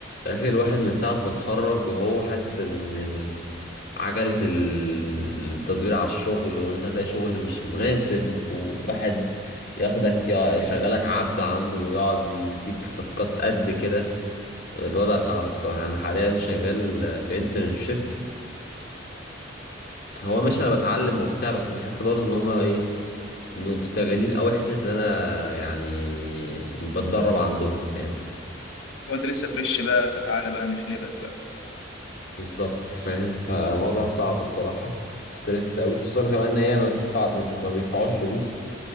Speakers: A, on the left; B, on the left.
A: الاخير الواحد من ساعة ما اتخرج وهو حاسس ان ال- عجلة ال- التدوير على الشغل وان انت تلاقي شغل مش مناسب وواحد ياخدك يع- يشغلك عبد عنده ويقعد يديك في تاسكات قد كده الوضع صعب بصراحة انا حاليا شغال في انترنشيب هو ماشي انا بتعلم وبتاع بس بحس برضو ان هما ايه مستغلين قوي حتة اللي انا يعني بتدرب عندهم فاهم
B: وانت لسه فريش بقى فتعالى بقى نحلبك بقى
A: بالظبط فاهم فالوضع صعب الصراحة ستريس أوي خصوصا كمان إن هي ما بتدفع ما بي- ما بيدفعوش فلوس